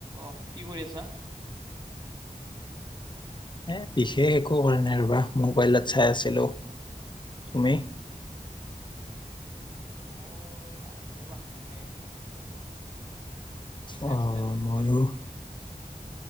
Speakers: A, on the right; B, on the left.
A: অহ, কি কৰি আছা?
B: এ, বিশেষ একো কৰা নাই ৰ'বা, মোবাইলত চাই আছিলোঁ, তুমি?
A: মই আছোঁ ৰ'বা এনে, কি চাই
B: অ
A: আছিলা পিছে
B: ময়ো
A: মোবাইলত?